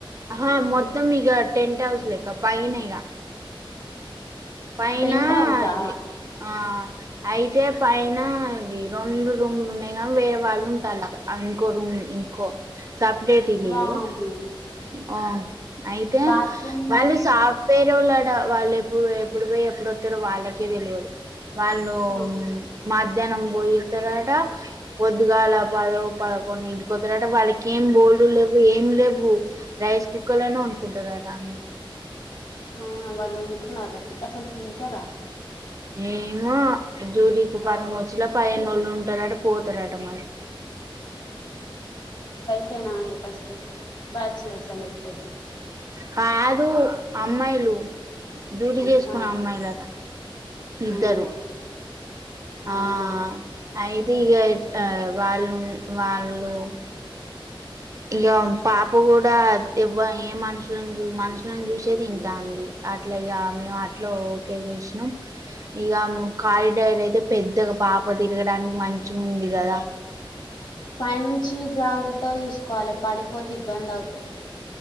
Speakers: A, on the right; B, on the left.
A: ఆహా మొత్తం ఇగ టెంట్ హౌస్లక్క పైన్ ఇగ ఫైనా
B: పెంట్ హౌసా
A: ఇది ఆ అయితే పైన ఇది రెండు రూములు ఉన్నాయి కానీ వేరే వాళ్ళు ఉంటారు ఇంకో రూమ్లు ఇంకో సప్డేట్ ఇల్లులు
B: వామ్మో
A: ఓ అయితే
B: బాత్రూమ్ మరి
A: మళ్ళీ సాఫవే ఇయొళడా వాళ్ళు ఎప్పుడు పోయ్ ఎప్పుడు పోయి ఎప్పుడు వత్తరో వాళ్ళకే తెలియాలి. వాళ్ళు
B: ఆ!
A: మా మధ్యాహ్నం పోయ తారట పొద్గాల పద పదకొండు ఇంటికితారట వాళ్ళకి ఇంకేం బోల్డు లేవు ఏం లేవు రైస్ కుక్కర్ లోనే వండుకుంటారట అవి
B: అవునా వాళ్ళు ఉంటున్నార అసల్ తింటరా
A: ఏమో డ్యూటీకి వారం వచ్చేలా పదిహేను రోజుల్ ఉంటరట పోతరట మరి
B: టే నా అండి ఫస్ట్ బ్యాచిలర్సా లేకపోతే
A: కాదు అమ్మాయిలు డ్యూటీ
B: అమ్మాయి
A: చేస్కునే అమ్మాయిలట ఇద్దరు
B: అవునా అవునా
A: ఆ అయితే ఇగ ఇట్ ఆ వాళ్ళున్ వాళ్ళు ఇగ పాప కూడా ఇవ్వ ఏ మనుషులన్ జూ మనుషులన్ జూసే తింటాంది అట్లా ఇగ మేం అట్లో ఓకే చేసినం ఇగ కారిడార్ అయితే పెద్దగ పాప తిరగడానికి మంగుంది గదా
B: పై నుంచి జాగ్రత్తగ చూస్కోవాలె పడిపోతే ఇబ్బందౌతది.